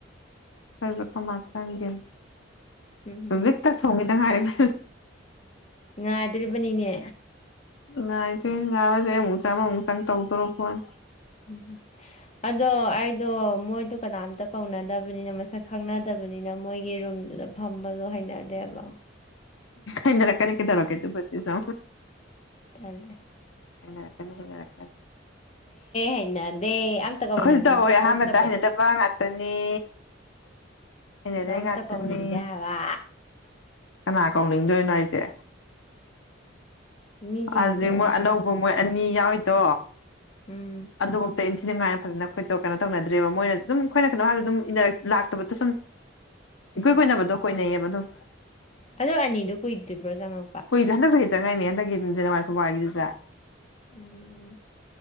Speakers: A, on the left; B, on the left.
A: ꯈꯔꯖ ꯀ ꯃ ꯆꯥꯡꯦ
B: ꯎꯝ
A: ꯇ ꯍ ꯇꯉꯔꯦ ꯃꯥ
B: ꯉꯥꯏꯗꯣꯔꯤꯕꯅꯤꯅꯦ
A: ꯉ ꯏ ꯊ ꯌꯥ ꯑꯋꯥꯖꯦꯆꯥ ꯑꯃꯁꯥꯅꯤ ꯇꯧꯗꯔ ꯐꯅꯤ
B: ꯎꯝꯝ ꯑꯗꯣ ꯑꯩꯗꯣ ꯃꯣꯏꯗꯣ ꯀꯅꯥꯝꯇ ꯀꯧꯅꯗꯕꯅꯤꯅ ꯃꯁꯛ ꯈꯪꯅꯗꯕ ꯑꯗꯨꯕꯅꯤꯅ ꯃꯣꯏꯒꯤ ꯔꯨꯝꯗꯨꯗ ꯐꯝꯕꯗꯣ ꯍꯩꯅꯗꯦꯕ
A: ꯑꯅ ꯂ ꯀꯅꯤ ꯀ ꯇꯧꯔ ꯀꯦ ꯇꯨꯄꯤꯁ
B: ꯊꯦ
A: ꯍꯅꯀꯦꯅꯤ ꯍꯅꯦ
B: ꯍꯩꯅꯗꯦ ꯑꯝꯇ ꯀꯧꯅꯤꯡꯕ
A: ꯑꯩꯈꯣꯏꯁꯨ ꯇꯧꯋꯦ
B: ꯄꯣꯛꯇꯕꯗꯣ
A: ꯑꯍꯥꯟꯕꯗ ꯍꯥꯏꯅꯗꯕ ꯉꯥꯛꯇꯅꯤ ꯏꯩꯅꯗ
B: ꯑꯗꯣ ꯑꯝꯇ
A: ꯀꯠꯇꯅꯤ
B: ꯀꯧꯅꯤꯡꯗꯦ ꯍꯥꯏꯕ
A: ꯀꯅꯥ ꯑꯦꯀꯥꯎꯇꯗꯣꯏꯅꯏꯁꯦ
B: ꯃꯤꯁꯤꯡꯗꯣ
A: ꯑꯗꯨꯖꯤꯗꯤ ꯃꯣꯏ
B: ꯑꯝꯇ
A: ꯑꯅꯧꯕ ꯃꯣꯏ ꯑꯅꯤ ꯌꯥꯎꯋꯗꯣ
B: ꯎꯝ
A: ꯑꯗꯨꯒ ꯏꯟꯊꯤ ꯅꯨꯡꯉꯥꯏꯅ ꯐꯖꯅ ꯑꯩꯈꯣꯏꯗꯣ ꯀꯩꯅꯣ ꯇꯧꯅꯗ꯭ꯔꯦꯕ ꯃꯣꯏꯅꯁꯨ ꯑꯗꯨꯝ ꯑꯩꯈꯣꯏꯅ ꯀꯩꯅꯣ ꯍꯥꯏ ꯑꯗꯨꯝꯔ ꯂꯥꯛꯇꯕꯗꯣ ꯁꯨꯝ ꯏꯀꯨꯏ
B: ꯎꯝ
A: ꯀꯣꯏꯅꯕꯗꯣ ꯀꯣꯏꯅꯩꯌꯦꯕ ꯑꯗꯨꯝ
B: ꯑꯗꯣ ꯑꯅꯤꯗꯣ ꯀꯨꯏꯗ꯭ꯔꯤꯕ꯭ꯔꯣ ꯆꯪꯉꯛꯄ
A: ꯀꯨꯏꯗ ꯍꯟꯗꯛꯦ ꯆꯪꯉꯥꯏꯅꯤꯅꯦ ꯌꯦꯟꯦꯖ ꯃ ꯄꯕꯒꯗ
B: ꯎꯝ ꯎ